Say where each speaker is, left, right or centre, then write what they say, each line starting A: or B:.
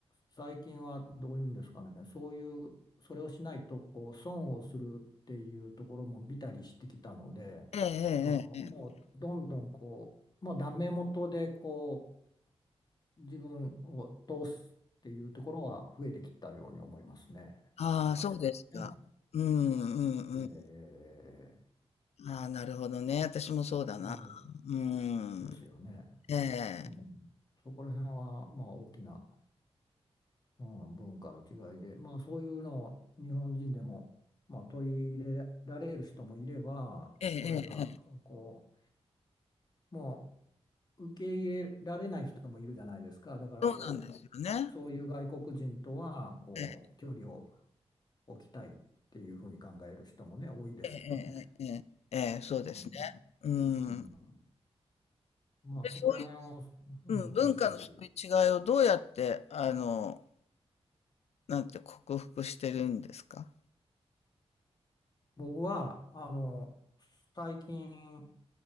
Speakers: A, on the left; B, on the left.
A: 最近はどういうんですかね。そういう、それをしないとこう損をするっていうところも見たりしてきたので、
B: ええ、
A: その、
B: ええ、
A: もうどんどんこう、
B: ええ。
A: もうダメ元でこう、自分を通すっていうところは増えてきたように思いますね。
B: ああ、
A: 確かにね。
B: そうですか。うん、うん、
A: ええ
B: うん。ああ、なるほどね。私もそうだな。
A: え
B: うん。
A: えですよね。
B: ええ、
A: うん。そこら辺は、まあ大きなうん、文化の違いで、まあ、そういうのを日本人でも、まあ、取り入れられる人もいれば、
B: ええ、ええ、
A: それがこ
B: ええ
A: う、もう受け入れられない人もいるじゃないですか。だからこ
B: そうなんですよね。
A: う、そういう外国人とはこう距離を
B: ええ、
A: 置きたいっていうふうに考える人もね、多いですよね。
B: ええ、ええ、ええ、ええそうですね。
A: うん、
B: うん。
A: うん、まあそこら辺を、
B: で、そうい
A: うん、
B: う、うん、文化のそういう違いをどうやって、
A: 難しい。
B: あの、なんて克服してるんですか
A: 僕はあの最近